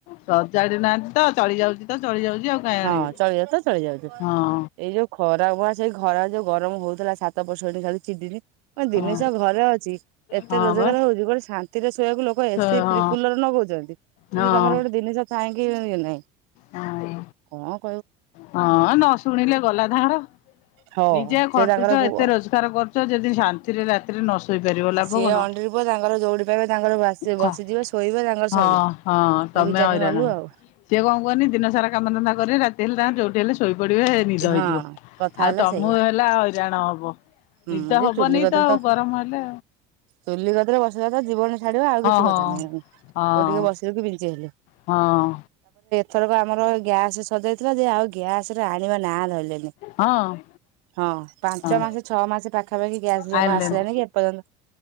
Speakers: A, on the left; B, on the right.
A: ସଜାଡି ନାହାନ୍ତି। ତ ଚଳି ଯାଉଛି ତ ଚଳି ଯାଉଛି ଆଉ କାହିଁ
B: ହଁ
A: ଆଣିବି।
B: ଚଳି ଯାଉ ତ ଚଳି ଯାଉଚୁ
A: ହଁ
B: ଏଇ ଯୋଉ ଖରା ଭୁଆ ସେଇ ଘ ଖରା ଯୋଉ ଗରମ ହୋଉଥିଲା ଛାତ ଉପରେ ଶୋଇଲି ଖାଲି ଚିଡିିଲି। <unintelligible> ଜିନିଷ
A: ହଁ
B: ଘରେ ଅଛି ଏତେ
A: ହଁ
B: ରୋଜଗାର
A: ବା
B: ହୋଉଚି। ଗୋଟେ ଶାନ୍ତିରେ ଶୋଇବାକୁ ଲୋକ
A: ସେ
B: ଏସି
A: ହଁ
B: ଫ୍ରି କୁଲର ନଗୋଉଚନ୍ତି କିନ୍ତୁ
A: ହଁ
B: ତମର ଗୋଟେ ଜିନିଷ ଥାଇଁକି ବି ଇଏ ନାହିଁ।
A: ହଁ
B: କଂ
A: ହଁ ନ ଶୁଣିଲେ ଗଲା ତାଃଙ୍କର
B: ହଁ
A: ନିଜେ ଖଟୁଚ
B: ସେ ତାଙ୍କର ପୁଅ
A: ଏତେ ରୋଜଗାର କରୁଚ। ଯଦି ଶାନ୍ତିରେ ରାତିରେ ନ ଶୋଇପାରିବ ଲାଭ
B: ସିଏ
A: କଣ।
B: ଅଣ୍ଡିରିବ ତାଙ୍କର ଦୌଡି ପାଇବା ତାଙ୍କର ବସିଯିବ
A: ଖ
B: ଶୋଇବ ତାଙ୍କର
A: ହଁ
B: ସୋଇଲା ତୁ
A: ହଁ ତମେ
B: ବିଚାରି
A: ହଇରାଣ।
B: ମଲୁ ଆଉ।
A: ସିଏ କଣ କରୁନି ଦିନ ସାରା କାମଧନ୍ଦା କର ରାତି ହେଲେ ତାଙ୍କ ଯୋଉଠି ହେଲେ ଶୋଇପଡିବ ନିଦ
B: ହଁ
A: ହେଇଯିବ।
B: କଥା
A: ଆଉ
B: ହେଲା
A: ତମକୁ
B: ସେଇଆ।
A: ହେଲା ହଇରାଣ ହବ। ନିଦ
B: ହୁଁ ସେ
A: ହବନି
B: ଚୁଲି ଗଦରେ
A: ଆଉ
B: ତ
A: ଗରମ ହେଲେ
B: ଚୁଲି ଗଦରେ ବସିଲା ତ ଜୀବନ ଛାଡିବା ଆଉ କିଛି
A: ହଁ ହଁ।
B: କଥା ନାହିଁ କୋଉ
A: ହଁ
B: ଟିକେ ବସିବିକ କି ପଞ୍ଚି ହେଲେ
A: ହଁ।
B: ଥରକ ଆମର ଗ୍ୟାସ ସରିଯାଇଥିଲା ଯେ ଆଉ ଗ୍ୟାସ ରେ ଆଣିବା ନା ଧରଲେ ନି।
A: ହଁ।
B: ହଁ ପାଞ୍ଚ
A: ହଁ
B: ମାସ ଛଅ ମାସ ପାଖ ଖାପାଖି ଗ୍ୟାସ ଜମା
A: ଆଇଲେଣି।
B: ଆସିଲାନି କି ଏପର୍ଯ୍ୟନ୍ତ